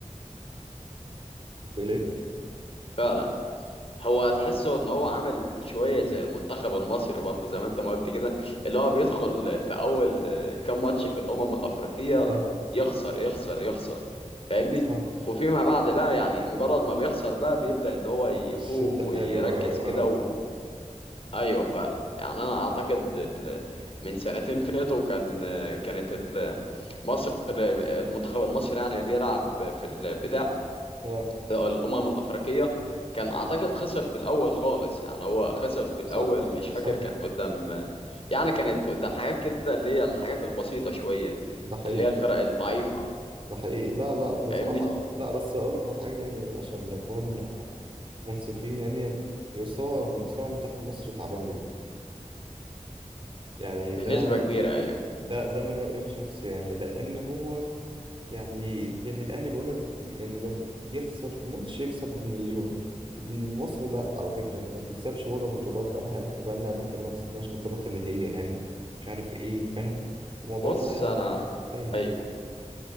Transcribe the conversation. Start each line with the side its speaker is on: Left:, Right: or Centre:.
Right: بتقول ايه
Left: فعلا هو تحسه ان هو عامل شويه زي المنتخب المصري برضه زي ما انت ما قلت كده اللي هو بيدخل في اول آه، كام ماتش في الامم الافريقيه
Right: صح
Left: يخسر يخسر يخسر فاهمني
Right: صح
Left: وفيما بعد بقى يعني مجرد ما بيخسر بقى بيبدا ان هو يفوق
Right: الشد
Left: ويركز
Right: حلو قوي
Left: كده
Right: اه
Left: و... ايوه فعلا يعني انا اعتقد ال... من سنتين فاتوا كان آه، كانت ال... مصر المنتخب المصري يعني بيلعب في البتاع
Right: اه
Left: في الأمم الأفريقية كان أعتقد خسر في الأول خالص يعني هو خسر في الأول
Right: صح
Left: مش فاكر
Right: صح
Left: كان قدام يعني كانت قدام حاجات كده اللي هي الحاجات البسيطة شوية
Right: ده حقيقي
Left: اللي هي الفرق الضعيفة
Right: ده حقيقي لا لا بصراحة
Left: فاهمني
Right: لا بس اقول لك على حاجة يعني عشان نكون منصفين يعني مستوى مستوى منتخب مصر تعبان جدا يعني
Left: بنسبة
Right: ده
Left: كبيرة أيوه
Right: ده ده من رأيي الشخصي يعني لأن هو يعني يعني الاهلي بقول لك يعني لو يخسر في ماتش يكسب بمليون مصر لا على فكره يعني ما بتكسبش ولا بطولات بقى لها قد بقى لنا قد كده ما كسبناش بطولات اللي هي يعني مش عارف ايه فاهم الموضوع
Left: بص
Right: ده
Left: أنا
Right: سيء
Left: أيوه
Right: يعني